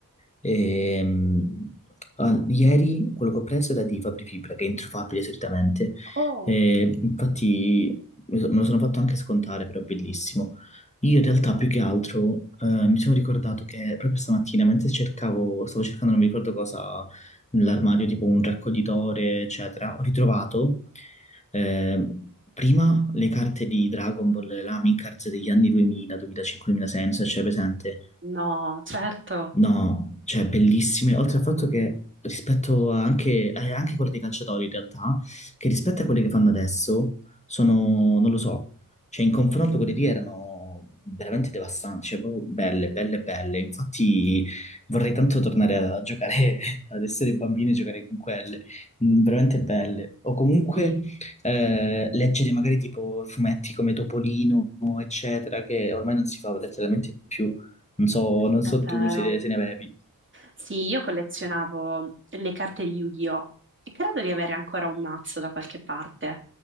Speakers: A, on the left; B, on the right.
A: ehm, al- ieri quello che ho preso era di Fabri Fibra, che è introfabile solitamente.
B: Oh,
A: E infatti me lo so, me lo sono fatto anche scontare, però è bellissimo. Io in realtà più che altro eh, mi sono ricordato che proprio stamattina, mentre cercavo, stavo cercando non mi ricordo cosa nell'armadio, tipo un raccoglitore, eccetera, ho ritrovato eh, prima le carte di Dragon Ball, le Lamin cards degli anni 2000, 2005, 2006, non so se c'è presente,
B: no, certo,
A: No, cioè bellissime, oltre al fatto che rispetto a anche, eh, anche quelle dei calciatori in realtà, che rispetto a quelle che fanno adesso, sono, non lo so, cioè in confronto quelle lì erano veramente devastanti, cioè proprio belle, belle, belle, infatti vorrei tanto tornare a giocare, <laughs> ad essere bambini e giocare con quelle, Mm, veramente belle, o comunque
B: sì,
A: eh, leggere magari tipo fumetti come Topolino, eccetera, che ormai non si fa letteralmente più. Non so, non
B: è
A: so
B: vero.
A: tu se, se ne avevi.
B: Sì, io collezionavo le carte di Yu-Gi-Oh! e credo di avere ancora un mazzo da qualche parte.